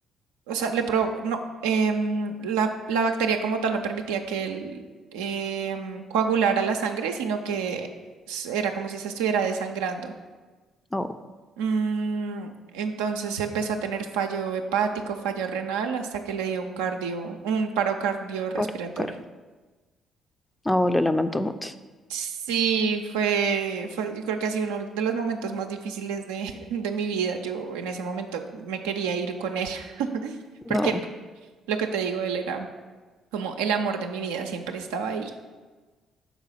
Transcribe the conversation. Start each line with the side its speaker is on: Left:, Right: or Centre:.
Right: o sea, le pro- no, em, la, la bacteria como tal no permitía que él em, coagulara la sangre, sino que s- era como si se estuviera desangrando.
Left: No,
Right: Mm, entonces empezó a tener fallo hepático, fallo renal, hasta que le dio un cardio, un paro cardiorrespiratorio.
Left: por claro. No, lo lamento mucho.
Right: Sí, fue, fue, yo creo que ha sido uno de los momentos más difíciles de, <laughs> de mi vida. Yo en ese momento me quería ir con él, <laughs> porque
Left: No.
Right: lo que te digo, él era como el amor de mi vida siempre estaba ahí.